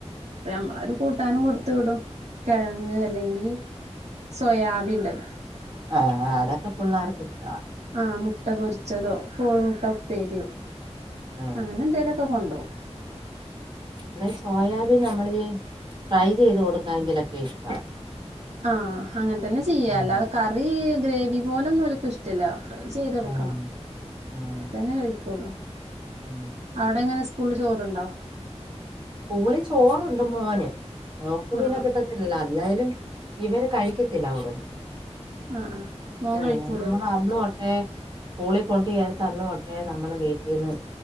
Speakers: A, on the right; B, on the right.
A: അപ്പൊ നമ്മളരു കൂട്ടാനും കൊടുത്തവിടും കിഴങ്ങ് അല്ലെങ്കി സോയാബീൻണ്ടല്ലോ
B: ആഹ് ആഹ് അതൊക്കെ പിള്ളാർക്കും ഇഷ്ട.
A: ആഹ് മുട്ട പൊരിച്ചതോ കോഴിമുട്ടപ്പേരിയോ
B: ആഹ്
A: അങ്ങനെ എന്തെലുമൊക്കെ കൊണ്ടോവും
B: ഇവിടെ സോയാബീൻ നമ്മൾഫ്രൈ ചെയ്ത് കൊടുക്കാെങ്കിലൊക്കെ ഇഷ്ട
A: ആഹ് അങ്ങനെ തന്നെ ചെയ്യാല്ല
B: ആഹ്
A: അല്ലാത കറി ഗ്രേവി പോലെ ഒന്നുംലിക്കഷ്ട ട്ടല്ല ഫ്രൈ ചെയ്ത്കൊടുക്കണം
B: ആഹ് ആഹ്
A: അതന്നെ കഴിക്കുള്ളൂ.
B: ഉം
A: അവിടെ എങ്ങനെ സ്കൂളിൽ ചോറുണ്ടോ
B: സ്കൂളിൽ ചോറുണ്ട് മോന് മോക്ക്പിന്നെ
A: ആ
B: കിട്ട ത്തില്ല എന്തായാലും ഇവര് കഴിക്കത്തില്ല അവിടന്ന്
A: ആഹ് ആഹ് മോൻ
B: ആഹ്
A: കഴിക്കൂലേ
B: നമ്മൾ അന്ന് തൊട്ടെ സ്കൂളിൽ കൊണ്ട്ചേർത്ത്ന്ന് തൊട്ടേ നമ്മള് വീട്ടിൽന്ന്